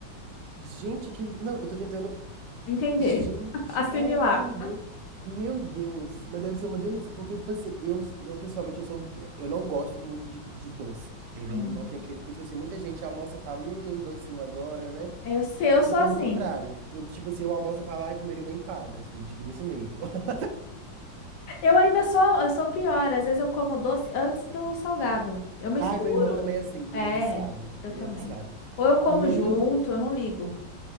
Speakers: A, on the right (about 75°); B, on the left (about 70°).
A: Gente, que. Não, eu tô tentando.
B: entender,
A: Gente,
B: <laughs> assimilar.
A: é entender. Meu Deus, mas deve ser uma delícia, porque, tipo assim, eu, eu pessoalmente, eu sou, eu não gosto muito de, de doce. Eu não,
B: Hum.
A: não tenho aquele, porque, tipo assim, muita gente almoça e fala, hum, um docinho agora, né?
B: Eu sei, eu
A: Eu sou
B: sou
A: pelo
B: assim.
A: contrário. Eu, tipo assim, eu almoço e falo, ai, comeria uma empada, assim, tipo, desse nível. <laughs>
B: Eu ainda sou, eu sou pior. Às vezes eu como doce antes do salgado. Eu misturo.
A: Ai, meu irmão também é assim,
B: É,
A: ele é viciado,
B: eu
A: ele
B: também.
A: é viciado.
B: Ou eu como
A: E
B: junto,
A: aí,
B: eu não ligo.